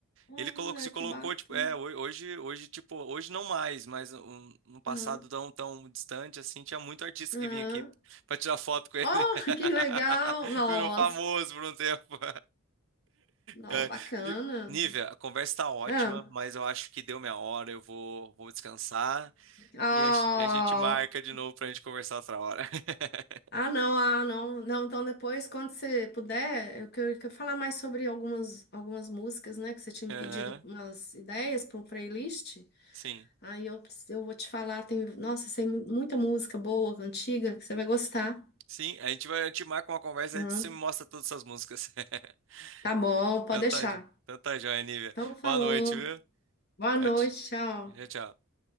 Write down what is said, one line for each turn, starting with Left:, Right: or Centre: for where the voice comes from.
Left: olha,
Right: Ele colocou, se
Left: que
Right: colocou,
Left: bacana.
Right: tipo, é, ho- hoje, hoje, tipo, hoje não mais, mas um- no passado
Left: Aham,
Right: tão, tão distante, assim, tinha muito artista
Left: aham.
Right: que vinha aqui pra tirar foto com ele.
Left: Oh,
Right: <laughs>
Left: <laughs> que legal! Nossa,
Right: Virou famoso por um tempo.
Left: não,
Right: É,
Left: bacana.
Right: viu? Nívia, a conversa tá ótima,
Left: Ah,
Right: mas eu acho que deu minha hora, eu vou, vou descansar
Left: ah,
Right: e a, gen- e a gente marca de
Left: oh.
Right: novo pra gente conversar outra hora. <laughs>
Left: Ah, não, ah, não, não. Então depois, quando você puder, eu quero, quero falar mais sobre algumas, algumas músicas, né? Que você tinha
Right: Aham,
Left: me pedido umas ideias para um playlist.
Right: sim.
Left: Aí eu, preciso- eu vou te falar, tem, nossa, tem muita música boa, antiga, que você vai gostar.
Right: Sim, a gente vai, a gente marca uma conversa
Left: Aham.
Right: e a gente se mostra todas essas músicas. <laughs>
Left: Tá bom, pode
Right: Então
Left: deixar.
Right: tá, jo- então tá joia, Nívia.
Left: Então falou.
Right: Boa noite, viu?
Left: Boa noite,
Right: Tchau, tchau.
Left: tchau.
Right: tchau. tchau.